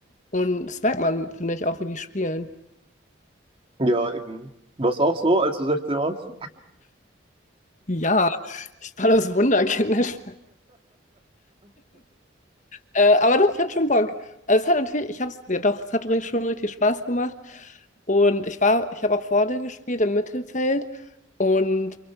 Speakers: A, on the left (about 35°); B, on the right (about 25°).
A: Und das merkt man, finde ich, auch, wie die spielen.
B: Ja, eben. War's auch so, als du 16 warst?
A: Ja, ich war das Wunderkind. Äh, aber doch, ich hatte schon Bock. Also es hat natürlich, ich habe es, ja doch, es hat ri- schon richtig Spaß gemacht. Und ich war, ich habe auch vorne gespielt im Mittelfeld und